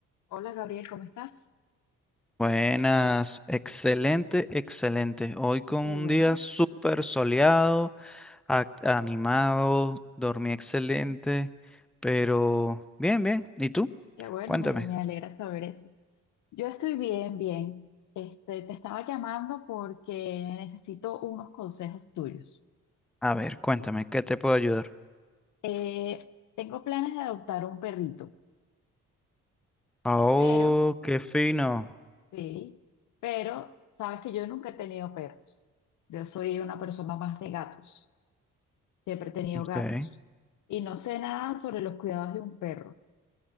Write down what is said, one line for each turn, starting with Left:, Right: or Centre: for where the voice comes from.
Left: Hola Gabriel, ¿cómo estás?
Centre: Buenas, excelente, excelente. Hoy con
Left: Qué
Centre: un
Left: bueno,
Centre: día súper soleado, ac- animado, dormí excelente, pero bien, bien. ¿Y tú?
Left: qué bueno,
Centre: Cuéntame.
Left: me, me alegra saber eso. Yo estoy bien, bien. Este, te estaba llamando porque necesito unos consejos tuyos.
Centre: A ver, cuéntame, ¿qué te puedo ayudar?
Left: Eh, tengo planes de adoptar un perrito,
Centre: Oh,
Left: pero,
Centre: qué fino.
Left: sí, pero sabes que yo nunca he tenido perros. Yo soy una persona más de gatos, siempre he tenido
Centre: Ok.
Left: gatos y no sé nada sobre los cuidados de un perro.